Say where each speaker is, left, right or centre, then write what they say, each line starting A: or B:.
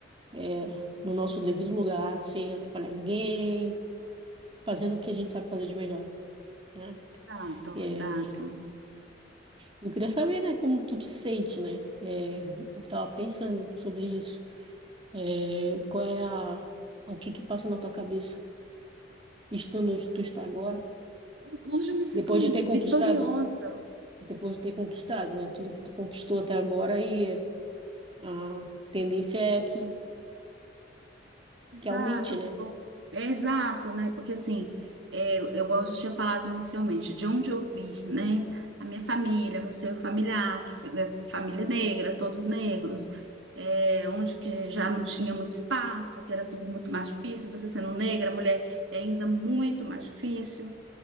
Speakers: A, on the right; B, on the right.
A: é, no nosso devido lugar, sem atrapalhar ninguém fazendo o que a gente sabe fazer de melhor, né?
B: Exato,
A: É,
B: exato.
A: eu queria saber, né, como tu te sente, né? É, eu tava pensando sobre isso. É, qual é a, o que que passa na tua cabeça, estando onde tu está agora,
B: Hoje eu me sinto
A: depois de ter conquistado,
B: vitoriosa
A: depois de ter conquistado, né, tudo que tu conquistou até agora e é, a tendência é que
B: Exato,
A: que aumente, né?
B: pô. é exato, né? Porque assim, é, eu igual eu já tinha falado inicialmente, de onde eu vi, né? A minha família, meu seio familiar, que é família é negra, todos negros, é, onde que já não tinha muito espaço, que era tudo muito mais difícil, você sendo negra, mulher, é ainda muito mais difícil.